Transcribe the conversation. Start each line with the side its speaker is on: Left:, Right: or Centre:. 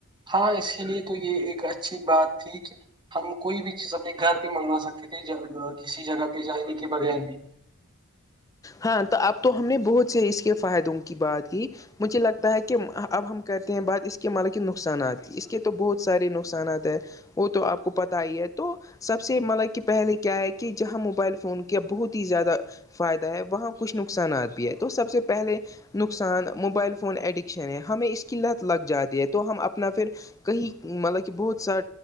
Right: ہاں اس کے لیے تو یہ ایک اچھی بات تھی کہ ہم کوئی بھی چیز اپنے گھر پہ منگوا سکتے تھے کسی جگہ پہ جانے کے بغیر بھی
Left: ہاں تو اب تو ہم نے بہت سے اس کے فائدوں کی بات کی مجھے لگتا ہے کہ اب ہم کرتے ہیں بات اس کے مطلب کہ نقصانات اس کے تو بہت سارے نقصانات ہیں وہ تو آپ کو پتا ہی ہے تو سب سے مطلب کہ پہلے کیا ہے کہ جہاں موبائل فون کا بہت ہی زیادہ فائدہ ہے وہاں کچھ نقصانات بھی ہے تو سب سے پہلے نقصان موبائل فون ایڈکشن ہے ہمیں اس لت لگ جاتی ہے تو ہم اپنا پھر کہیں مطلب کہ بہت سا